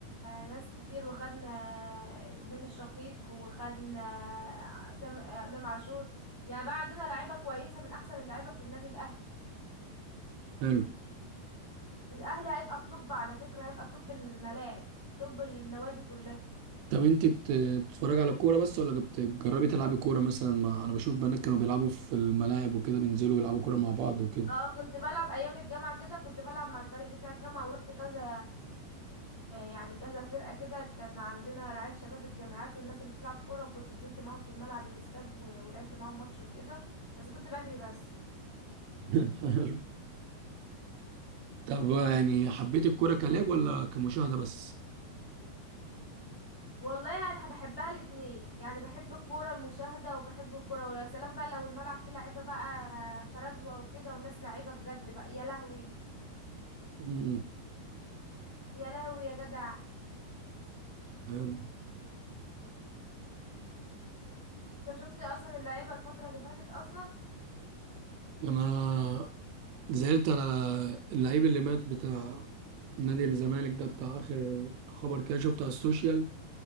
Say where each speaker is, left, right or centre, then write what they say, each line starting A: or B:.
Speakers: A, on the left (about 35°); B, on the right (about 80°).
A: ناس كتير وخدنا بن الشقيق وخدنا تام- امام عاشور يعني بقى عندنا لعيبه كويسه من احسن اللعيبه في النادي الاهلي
B: حلو
A: الاهلي هيبقى الطب على فكره هيبقى الطب الملاعب طب النوادي كلها
B: طب انت بت- بتتفرج على كورة بس ولا بت- بتجربي تلعبي كورة مثلا مع انا بشوف بنات كانوا بيلعبوا في الملاعب وكده بينزلوا يلعبوا كورة مع بعض وكده
A: اه كنت بلعب ايام الجامعه كده كنت بلعب مع الفريق بتاع الجامعه ورحت كذا يعني كذا فرقه كده كان عندنا رعايه شباب الجامعات والناس اللي بتلعب كوره وكنت نزلت معاهم في الملعب الاستاد و- ولعبت معاهم ماتش وكده بس كنت بجري بس
B: <laughs> حلو طب يعني حبيت الكورة كلاعب ولا كمشاهدة بس؟
A: والله يعني بحبها الاتنين يعني بحب الكوره المشاهده وبحب الكوره ويا سلام بقى لو الملعب فيه لعيبه بقى فردوه وكده وناس لعيبه بجد بقى يا لهوي
B: امم
A: يا لهوي يا جدع
B: حلو.
A: انت شفت اصلا اللعيبه الفتره اللي فاتت اصلا
B: أنا زعلت على اللعيب اللي مات بتاع نادي الزمالك ده بتاع آخر خبر كده شفته على السوشيال